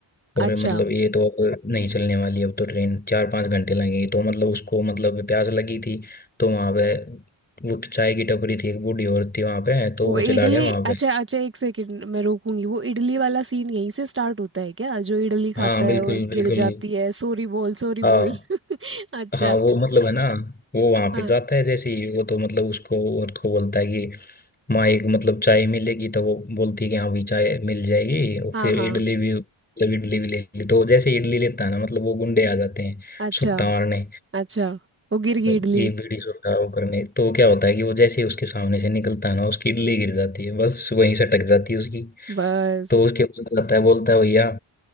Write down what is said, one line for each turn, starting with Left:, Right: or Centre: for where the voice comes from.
Left: और
Right: अच्छा
Left: मतलब ये तो अब नहीं चलने वाली अब तो ट्रेन चार पाँच घंटे लगेंगे तो मतलब उसको मतलब प्यास लगी थी तो वहां पे वो चाय की टपरी थी एक बूढ़ी औरत थी वहां पे तो
Right: वो
Left: वो
Right: इडली
Left: चला गया वहां
Right: अच्छा
Left: पे
Right: अच्छा एक सेकंड मैं रोकूंगी वो इडली वाला सीन यहीं से स्टार्ट होता है क्या जो इडली खाता
Left: हाँ
Right: है
Left: बिल्कुल
Right: और
Left: बिल्कुल
Right: गिर जाती है सॉरी बोल सॉरी
Left: हाँ
Right: बोल <laughs> अच्छा
Left: हाँ वो मतलब है ना वो वहां
Right: हाँ
Left: पे जाता है जैसे ही वो तो मतलब उसको औरत को बोलता है कि माँ एक मतलब चाय मिलेगी तो वो बोलती है कि हाँ भी चाय मिल जाएगी और
Right: हाँ
Left: फिर
Right: हाँ
Left: इडली भी मतलब इडली भी ले ली तो जैसे ही इडली लेता है ना मतलब वो गुंडे आ जाते हैं
Right: अच्छा
Left: सुट्टा मारने
Right: अच्छा वो गिर
Left: ये
Right: गई इडली
Left: बीड़ी सुट्टा वो करने तो क्या होता है कि वो जैसे ही उसके सामने से निकलता है ना उसकी इडली गिर जाती है बस वहीं से टक जाती है उसकी
Right: बस
Left: तो उसके ऊपर जाता है बोलता है भैया